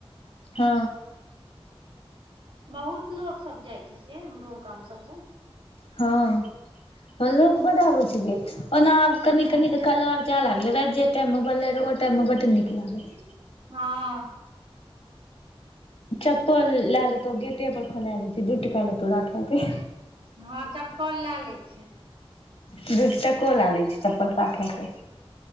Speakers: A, on the left; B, on the right.
A: हँ।
B: बहुत लोको सब जाइ छै। से अमरो गाम सबसँ
A: हँ, ह लोक बड होइ छैिक। ओना आब कनि
B: हँ
A: कनिक कलर तैं लागलैऽ' जे टाइम में बनलै र ओ टाइम में बड नीक लागल।
B: हँ
A: चप्पल लए लेतौ गेटे पर खोलेए ले छै दूइ टका लेतौ राखे के।
B: हँं चप्पल लए ले छै
A: दूइ टको लेए लै छै चप्पल राखै के।